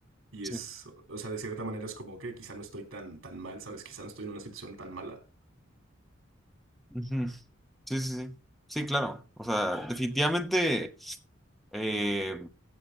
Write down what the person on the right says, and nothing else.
Y
es, o sea, de cierta manera es como que quizá no estoy tan, tan mal, ¿sabes? Quizá no estoy en una situación tan mala.